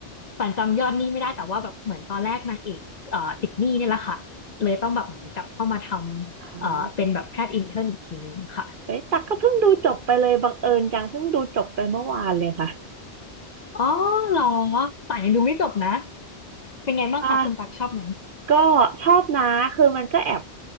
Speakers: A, on the left; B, on the right.
A: ฝันจำยอดหนี้ไม่ได้แต่ว่าแบบเหมือนตอนแรกนางเอกเอ่อติดหนี้เนี่ยแหละค่ะเลยต้องแบบเหมือนกลับเข้ามาทำเอ่อเป็นแบบแพทย์อินเทอร์นอีกทีนึงค่ะ
B: อ๋อเฮ้ยตักก็เพิ่งดูจบไปเลย บังเอิญจังเพิ่งดูจบไปเมื่อวานเลยค่ะ
A: อ๋อเหรอป่านยังดูไม่จบนะเป็นไงบ้างคะคุณตักชอบไหม
B: ใช่ ก็ชอบนะคือมันก็แอบ